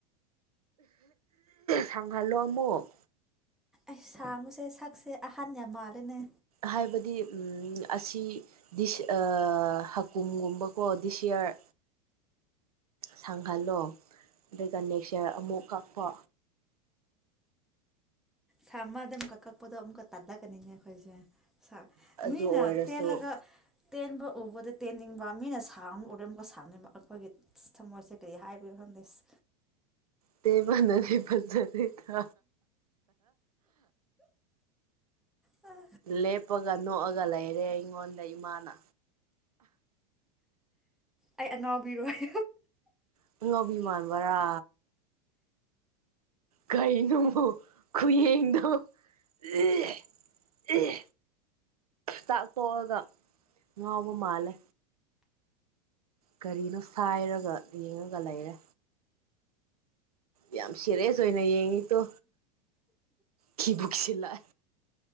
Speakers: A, on the right; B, in the centre.
A: ꯁꯪꯍꯜꯣ ꯑꯃꯃꯛ
B: ꯑꯩ ꯁꯥꯉꯨꯁꯦ ꯁꯛꯁꯦ ꯑꯍꯟ ꯌꯥꯝ ꯃꯥꯜꯂꯦꯅꯦ
A: ꯍꯥꯏꯕꯗꯤ ꯑꯁꯤꯁ ꯍꯀꯨꯝꯒꯨꯝꯕꯀꯣ ꯗꯤꯁꯌꯥꯌꯥꯔ ꯁꯥꯡꯍꯜꯂꯣ ꯑꯗꯨꯒ ꯅꯦꯛꯆꯔ ꯑꯃꯨꯛ ꯀꯛꯄ
B: ꯁꯥꯃꯗ ꯑꯃꯛꯀ ꯀꯛꯄꯗꯣ ꯑꯃꯨꯛꯀ ꯇꯥꯗꯛꯀꯅꯤꯅꯦ ꯑꯩꯈꯣꯏꯁꯦ ꯁ
A: ꯑꯗꯨ
B: ꯃꯤꯅ
A: ꯑꯣꯏꯔꯁꯨ
B: ꯇ ꯂꯒ ꯇꯦꯟꯕ ꯎꯕꯗ ꯇꯦꯟꯅꯤꯡꯕ ꯃꯤꯅ ꯁꯥꯡꯅ ꯎꯔꯦ ꯑꯃꯨꯛꯀ ꯁꯥꯡꯅꯤꯡꯕ ꯑꯩꯈꯣꯏꯒꯤ ꯊꯃꯣꯏꯁꯦ ꯀꯔꯤ ꯍꯥꯏ ꯎꯔ ꯐꯥꯟꯗꯦꯁ
A: ꯇ ꯃꯅ ꯄꯁꯗꯀ
B: ꯑ
A: ꯂꯦꯞꯄꯒ ꯅꯣꯛꯑꯒ ꯂꯩꯔꯦ ꯑꯩꯉꯣꯟꯗ ꯏꯃꯥꯅ
B: ꯑꯩ ꯑꯅꯥꯎꯕꯤꯔꯣ ꯍꯥꯏ
A: ꯅꯅꯕꯤꯃꯥꯟꯕꯔꯥ ꯀꯥꯏꯅ ꯈꯌꯦꯡꯗ ꯑꯦ ꯑꯦ ꯇꯥꯛ ꯇꯣꯛꯑꯒ ꯉꯥꯎꯕ ꯃꯥꯜꯂꯦ ꯀꯔꯤꯅꯣ ꯁꯥꯏꯔꯒ ꯌꯦꯡꯉꯒ ꯂꯩꯔꯦ ꯌꯥꯝ ꯌꯥꯝ ꯁꯤꯔꯦꯁꯣꯏꯅ ꯌꯦꯡꯉꯤꯠꯇꯣ ꯀꯕꯨꯛꯁꯤꯂꯥꯛ